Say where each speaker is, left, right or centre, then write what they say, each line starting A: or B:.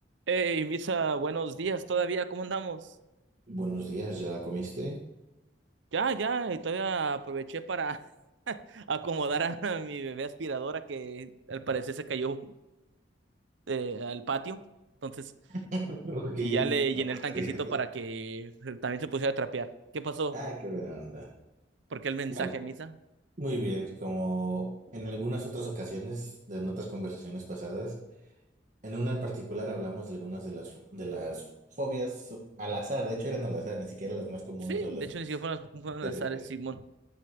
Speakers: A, on the right; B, on the right.
A: Hey, Misa, buenos días todavía, ¿cómo andamos?
B: Buenos días, ¿ya la comiste?
A: Ya, ya, y todavía aproveché para <laughs> acomodar a mi bebé aspiradora que al parecer se cayó eh, al patio. Entonces,
B: <laughs> Aquí,
A: y ya le
B: la
A: llené
B: puerta
A: el tanquecito
B: abierta.
A: para que también se pusiera a trapear. ¿Qué pasó?
B: Ah, qué buena onda.
A: ¿Por qué el mensaje,
B: Bueno,
A: Misa?
B: muy bien, como en algunas otras ocasiones de en otras conversaciones pasadas, en una en particular hablamos de algunas de las, de las fobias al azar, de hecho eran al azar, ni siquiera las más comunes
A: Sí,
B: o las
A: de hecho,
B: más
A: ni siquiera fueron, las- fueron
B: tétricas.
A: las Ares, Simón.